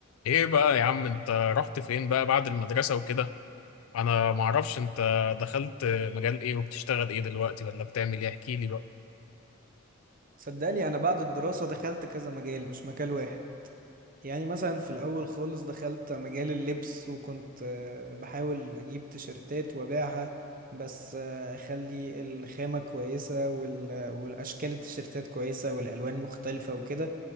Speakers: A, on the left; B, on the right.
A: ايه بقى يا عم انت رحت فين بقى بعد المدرسة وكده انا معرفش انت دخلت مجال ايه وبتشتغل ايه دلوقتي ولا بتعمل ايه احكي لي بقى
B: صدقني انا بعد الدراسة دخلت كذا مجال مش مجال واحد يعني مثلا في الاول خالص دخلت مجال اللبس وكنت آه، بحاول اجيب تيشرتات وابيعها بس آه، اخلي الخامة كويسة وال- والاشكال التيشرتات كويسة والالوان مختلفة وكده